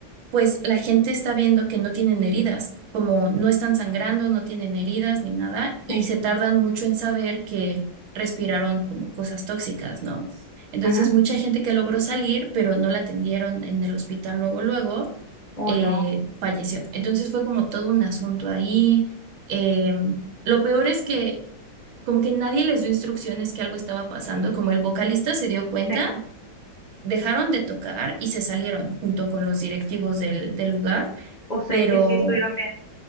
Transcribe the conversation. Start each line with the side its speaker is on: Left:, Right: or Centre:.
Right: pues la gente está viendo que no tienen heridas, como no están sangrando, no tienen heridas ni nada, y
Left: sí,
Right: se tardan mucho en saber que respiraron como cosas tóxicas, ¿no? Entonces,
Left: ajá,
Right: mucha gente que logró salir, pero no la atendieron en el hospital luego, luego,
Left: oh
Right: eh,
Left: no,
Right: falleció. Entonces fue como todo un asunto ahí. Eh, lo peor es que como que nadie les dio instrucciones que algo estaba pasando, como el vocalista se dio cuenta
Left: sí,
Right: dejaron de tocar y se salieron junto con los directivos del, del lugar,
Left: o sea,
Right: pero
Left: ellos sí estuvieron bien.